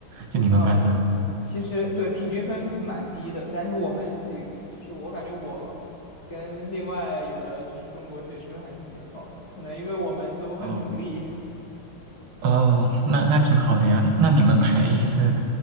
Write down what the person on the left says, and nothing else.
嗯，其实对平均分蛮低的，但是我们几个就是我感觉我跟另外有的就是中国学生还是比较高的，可能因为我们都很努力，